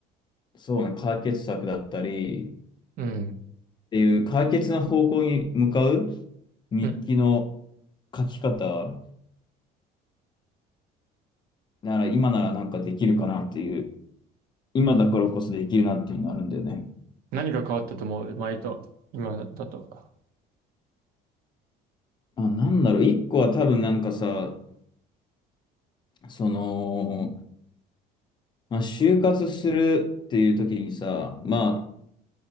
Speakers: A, on the left; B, on the right.
A: そうね、解決策だったり、っ
B: うん、
A: ていう解決の方向に向かう日記の
B: うん。
A: 書き方なら、今ならなんかできるかなっていう。今だからこそできるなっていうのあるんだよね。
B: 何が変わったと思う前と、今だと。
A: あ、なんだろう、一個は多分なんかさ、その、まあ、就活するっていう時にさ、まあ、